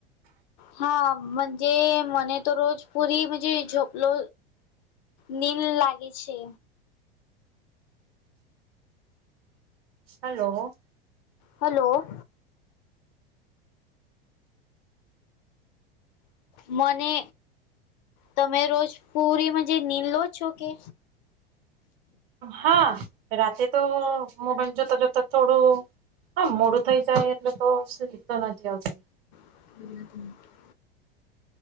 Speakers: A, on the left; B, on the right.
A: હા મજે મને તો રોજ પૂરી પુરી જોપલો. નીલ લાગે છે.
B: હાલો.
A: હાલો. મને તમે રોજ પૂરીમાં જે નીલો છો કે?
B: હા રાતેે તો મોબાઈલ જોતા જોતા થોડું હા મોડું થઈ જાય એટલે તો સ્લીપ તો નથી આવતી.
A: <inaudible>